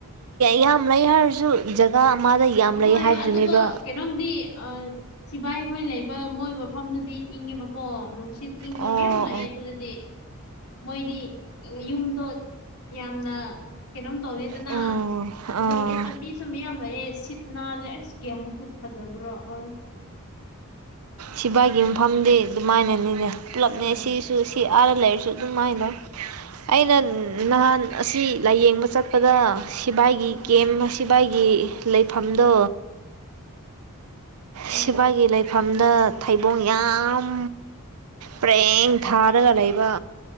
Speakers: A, on the right; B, on the left.
A: ꯌꯥꯝ ꯂꯩ ꯍꯥꯏꯔꯁꯨ ꯖꯒꯥ ꯑꯃꯗ ꯌꯥꯝ ꯂꯩ
B: ꯍꯣꯏ
A: ꯍꯥꯏꯕꯗꯨꯅꯦꯕ
B: ꯑꯗꯨꯒ ꯀꯩꯅꯣꯝꯗꯤ ꯁꯤꯕꯥꯏ ꯑꯩꯈꯣꯏ ꯂꯩꯕ ꯃꯣꯏ ꯃꯐꯝꯗꯨꯗꯤ ꯏꯪꯉꯤꯕꯀꯣ ꯅꯨꯡꯁꯤꯠ ꯏꯪꯕ
A: ꯑꯣ
B: ꯃꯌꯥꯝ ꯂꯥꯛꯑꯦ
A: ꯑꯣ
B: ꯑꯗꯨꯗꯗꯤ ꯃꯣꯏꯗꯤ ꯌꯨꯝꯗꯣ ꯌꯥꯝꯅ ꯀꯩꯅꯣꯝ ꯇꯧꯔꯤꯗꯅ
A: ꯑꯣ ꯑꯣ ꯑꯣ
B: ꯑꯗꯨꯒ ꯎ ꯄꯥꯝꯕꯤꯁꯨ ꯃꯌꯥꯝ ꯂꯩꯑꯦ ꯁꯤꯠ ꯅꯅꯥꯅꯦꯦ ꯑꯁ ꯀꯃꯨꯛꯁꯨ ꯐꯖꯕ꯭ꯔꯣ ꯑ
A: ꯁꯤꯚꯏꯒꯤ ꯃꯐꯝꯗꯤ ꯑꯗꯨꯃꯥꯏꯅꯅꯤꯅꯦ ꯄꯨꯂꯞꯅꯦ
B: ꯍꯣꯏ
A: ꯁꯤꯁꯨ ꯁꯤ ꯑ ꯂꯩꯔꯁꯨ ꯑꯗꯨꯃꯥꯏꯅꯧ ꯑꯩꯅ
B: ꯎꯝ
A: ꯅꯍꯥꯟ ꯑꯁꯤ ꯂꯥꯏꯌꯦꯡꯕ ꯆꯠꯄꯗ ꯁꯤꯐꯏꯒꯤ
B: ꯎꯝ
A: ꯀꯦꯝ ꯁꯤꯐꯏꯒꯤ ꯂꯩꯐꯝꯗꯣ
B: ꯎꯝ
A: ꯁꯤꯐꯥꯏꯒꯤ ꯂꯩꯐꯝꯗ ꯊꯩꯕꯣꯡ ꯌꯥꯝ ꯄ꯭ꯔꯦꯡ ꯊꯥꯔꯒ ꯂꯩꯕ